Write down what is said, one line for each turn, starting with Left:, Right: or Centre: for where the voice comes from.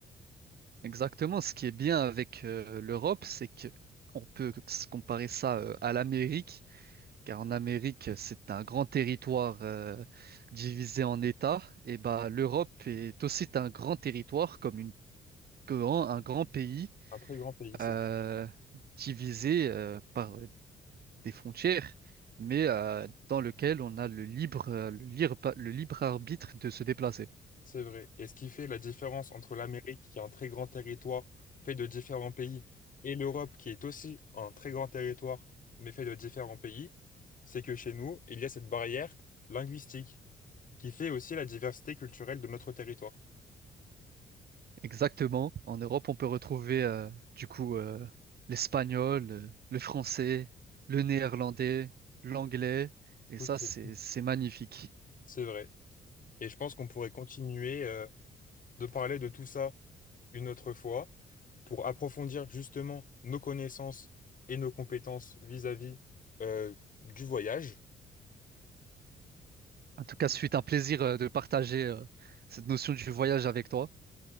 Right: Exactement. Ce qui est bien avec euh, l'Europe, c'est que on peut se comparer ça euh, à l'Amérique, car en Amérique, c'est un grand territoire euh, divisé en États. Et bah, l'Europe est aussi un grand territoire comme une grand, un grand pays
Left: Un très grand pays. C'est
Right: euh, divisé euh, par euh, des frontières, mais euh, dans lequel on a le libre, euh, le libre, le libre arbitre de se déplacer.
Left: C'est vrai. Et ce qui fait la différence entre l'Amérique, qui est un très grand territoire fait de différents pays, et l'Europe, qui est aussi un très grand territoire, mais fait de différents pays, c'est que chez nous, il y a cette barrière linguistique qui fait aussi la diversité culturelle de notre territoire.
Right: Exactement. En Europe, on peut retrouver euh, du coup euh, l'espagnol, euh, le français, le néerlandais, l'anglais, et
Left: Toutes
Right: ça,
Left: ces-
Right: c'est c'est magnifique.
Left: C'est vrai. Et je pense qu'on pourrait continuer euh, de parler de tout ça une autre fois pour approfondir justement nos connaissances et nos compétences vis-à-vis euh, du voyage.
Right: En tout cas, ce fut un plaisir euh, de partager euh, cette notion du voyage avec toi.